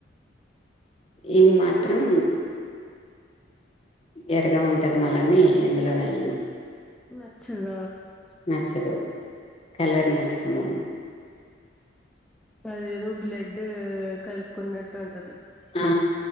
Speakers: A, on the left; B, in the centre.
A: ఇవి మాత్రం ఎరగా ఉంటది మళ్ళన్నీ ఇందులోనే అయను
B: అచ్చద
A: నచ్చదు కలర్ నచ్చుతామంది
B: అదేదో బ్లడ్ కలుకున్నట్ ఉంటుది
A: ఆ